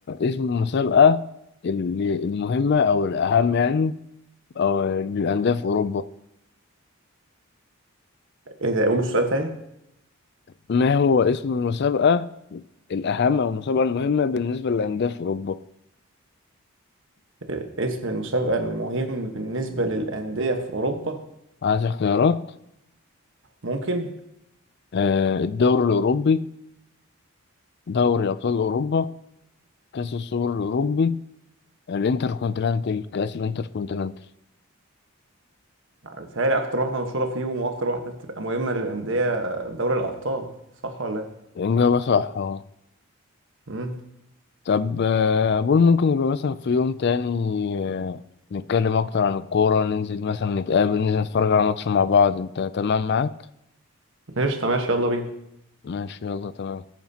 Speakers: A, on the left; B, on the right.
A: اسم المسابقة اللي المهمة أو الأهم يعني أو للأندية في أوروبا؟
B: إيه ده أقول السؤال تاني؟
A: ما هو اسم المسابقة الأهم أو المسابقة المهمة بالنسبة للأندية في أوروبا؟
B: إيه، اسم المسابقة المهم بالنسبة للأندية في أوروبا
A: عايز اختيارات
B: ممكن؟
A: آه، الدوري الأوروبي دوري أبطال أوروبا كأس السوبر الأوروبي الانتركونتيننتال كأس الانتركونتيننتال
B: متهيألي أكتر واحدة مشهورة فيهم وأكتر واحدة بتبقى مهمة للأندية دوري الأبطال صح ولا إيه؟
A: إجابة صح أهو
B: مم.
A: طب آه، أقول ممكن يبقى مثلا في يوم تاني آه، نتكلم أكتر عن الكورة ننزل مثلا نتقابل ننزل نتفرج على ماتش مع بعض أنت تمام معاك؟
B: قشطة ماشي يلا بينا
A: ماشي يلا تمام